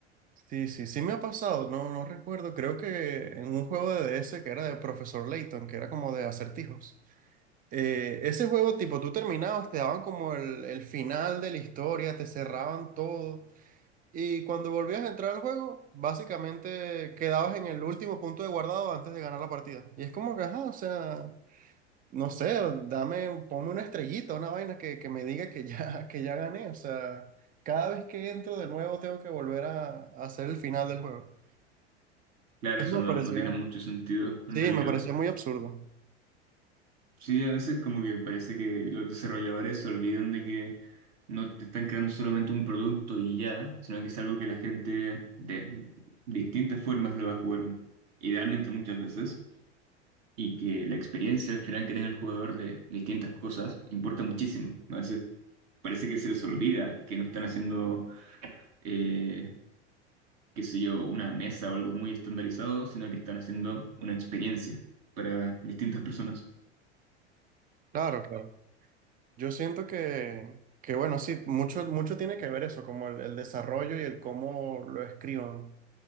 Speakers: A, on the right; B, on the right.
A: sí, sí, sí me ha pasado, no, no recuerdo, creo que en un juego de DS que era de Profesor Layton, que era como de acertijos. Eh, ese juego, tipo, tú terminabas, te daban como el, el final de la historia, te cerraban todo. Y cuando volvías a entrar al juego, básicamente quedabas en el último punto de guardado antes de ganar la partida. Y es como que, ajá, o sea, no sé, dame, ponme una estrellita, una vaina que, que me diga que ya, <laughs> que ya gané. O sea, cada vez que entro de nuevo tengo que volver a, a hacer el final del juego.
B: Claro,
A: Eso
B: eso
A: me
B: no,
A: parecía,
B: no tiene mucho sentido en
A: sí,
B: realidad.
A: me parecía muy absurdo.
B: Sí, a veces como que parece que los desarrolladores se olvidan de que no te están creando solamente un producto y ya, sino que es algo que la gente de distintas formas lo va a jugar, idealmente muchas veces. y que la experiencia al final que tenga el jugador de distintas cosas importa muchísimo. ¿no? A veces parece que se les olvida que no están haciendo, eh, qué sé yo, una mesa o algo muy estandarizado, sino que están haciendo una experiencia para distintas personas.
A: Claro, claro. Yo siento que, que bueno, sí, mucho, mucho tiene que ver eso, como el, el desarrollo y el cómo lo escriban.